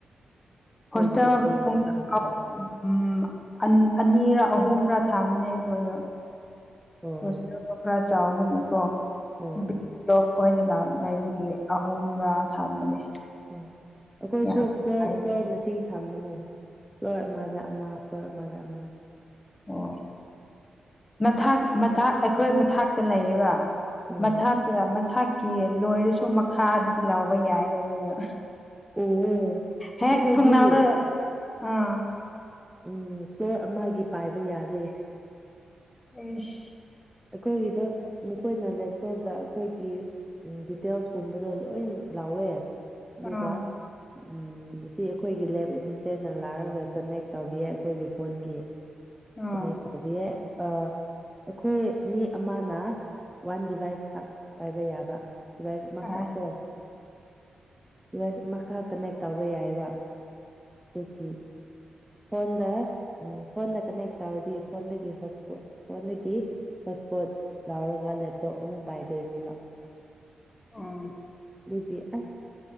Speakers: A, in the centre; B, on the left (about 20°).
A: ꯑꯩꯈꯣꯏꯒꯤ
B: ꯍꯣꯁꯇꯦꯜ
A: ꯂꯦꯞꯇꯣꯞꯇ
B: <unintelligible>
A: ꯑꯗꯨꯃꯥꯏꯅ ꯄꯥꯏ
B: ꯎꯝ ꯑꯟ ꯑꯅꯤꯔꯥ ꯑꯍꯨꯝꯔꯥ ꯊꯥꯝꯕꯅꯦ ꯑꯩꯒꯣꯏꯗꯣ
A: ꯑꯣ
B: ꯍꯣꯁꯇꯦꯜꯗꯣ ꯈꯔ ꯆꯥꯎꯕꯒꯤꯀꯣ
A: ꯑꯣ
B: ꯕꯤꯠ ꯂꯣꯛ ꯑꯣꯏꯅ ꯂꯥꯎ ꯂꯩꯕꯒꯤ ꯑꯍꯨꯝꯂꯥ ꯊꯝꯕꯅꯦ
A: ꯎꯝ ꯑꯩꯗꯣꯏꯁꯨ
B: ꯌꯥꯝ
A: ꯐ꯭ꯂꯣꯔ
B: ꯅꯨꯡꯉꯥꯏ
A: ꯐ꯭ꯂꯣꯔ ꯃꯁꯤꯡ ꯊꯝꯕꯅꯦ ꯐ꯭ꯂꯣꯔ ꯑꯃꯗ ꯑꯃ ꯈꯔ ꯃꯥꯅ ꯑꯃ
B: ꯑꯣ ꯃꯊꯥꯛ ꯃꯇꯥꯛ ꯑꯩꯈꯣꯏ ꯃꯊꯛꯇ ꯂꯩꯌꯦꯕ
A: ꯎꯝ
B: ꯃꯊꯥꯛꯇꯤ ꯃꯊꯥꯛꯀꯤ ꯂꯣꯏꯔꯁꯨ ꯃꯈꯥꯗꯒꯤ ꯂꯧꯕ ꯌꯥꯏ ꯑꯩꯈꯣꯏꯗꯣ
A: ꯑꯣ
B: ꯍꯦꯛ
A: ꯑꯩꯈꯣꯏꯗꯤ
B: ꯊꯣꯡꯅꯥꯎꯗ ꯑꯥ
A: ꯎꯝ ꯐ꯭ꯂꯣꯔ ꯑꯃꯒꯤ ꯄꯥꯏꯕ ꯌꯥꯗꯦ
B: ꯏꯁ
A: ꯑꯩꯈꯣꯏꯒꯤꯗꯣ ꯃꯈꯣꯏꯅ ꯂꯦꯞꯇꯣꯞꯇ ꯑꯈꯣꯏꯒꯤ ꯎꯝ ꯗꯤꯇꯦꯜꯁ ꯀꯨꯝꯕꯗꯣ ꯂꯣꯏꯅ ꯂꯥꯎꯋꯦ ꯑꯗꯨꯒ
B: ꯑꯥ
A: ꯎꯝ ꯑꯁꯤ ꯑꯩꯈꯣꯏꯒꯤ ꯂꯦꯞ ꯑꯦꯁꯤꯁꯇꯦꯟꯅ ꯂꯥꯛꯔꯒ ꯀꯟꯅꯦꯛ ꯇꯧꯕꯤꯌꯦ ꯑꯩꯈꯣꯏꯒꯤ ꯐꯣꯟꯒꯤ
B: ꯑꯥ
A: ꯀꯟꯅꯦꯛ ꯇꯧꯕꯤꯌꯦ ꯑ ꯑꯈꯣꯏ ꯃꯤ ꯑꯃꯅ ꯋꯥꯟ ꯗꯤꯚꯥꯏꯁ ꯈꯛ ꯄꯥꯏꯕ ꯌꯥꯕ ꯗꯤꯚꯥꯏꯁ ꯑꯃ
B: ꯑꯁ
A: ꯈꯛ ꯀꯣ ꯗꯤꯚꯥꯏꯁ ꯑꯃ ꯈꯛ ꯀꯟꯅꯦꯛ ꯇꯧꯕ ꯌꯥꯏꯌꯦꯕ ꯗꯨꯀꯤ ꯐꯣꯟꯗ ꯎꯝ ꯐꯣꯟꯗ ꯀꯟꯅꯦꯛ ꯇꯧꯔꯗꯤ ꯐꯣꯟꯗꯒꯤ ꯍꯣꯁꯄꯣꯠ ꯐꯣꯟꯗꯒꯤ ꯍꯣꯁꯄꯣꯠ ꯂꯥꯎꯔꯒ ꯂꯦꯞ ꯇꯣꯞ ꯑꯃꯨꯛ ꯄꯥꯏꯗꯣꯏꯅꯦꯕ
B: ꯎꯝ
A: ꯇꯤ ꯑꯁ